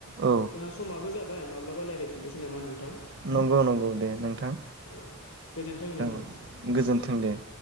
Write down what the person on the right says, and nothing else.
औ
नंगौ नंगौ दे नोंथां
औ गोजोनथों दे